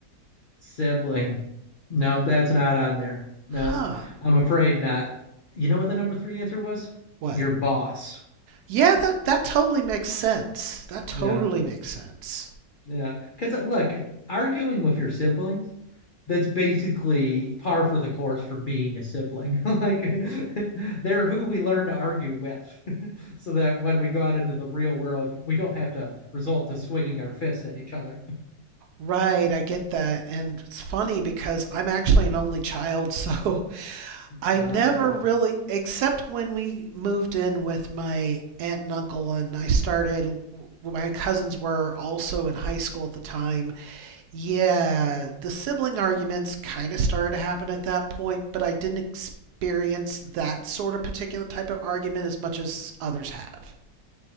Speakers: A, on the left; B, on the right.
A: Sibling. Nope, that's not on there.
B: Huh.
A: No, I'm afraid not. You know what the number three answer was?
B: What?
A: Your boss.
B: Yeah, that, that totally makes sense. That totally
A: Yeah,
B: makes sense.
A: yeah. Because look, arguing with your siblings that's basically par for the course for being a sibling. <laughs> like <laughs> they're who we learn to argue with, <laughs> so that when we go out into the real world, we don't have to resort to swinging our fists at each other.
B: Right, I get that. And it's funny because I'm actually an only child, <laughs> so I
A: Uh,
B: never
A: yeah,
B: really, except when we moved in with my aunt and uncle, and I started, my cousins were also in high school at the time. Yeah, the sibling arguments kind of started to happen at that point, but I didn't experience that sort of particular type of argument as much as others have.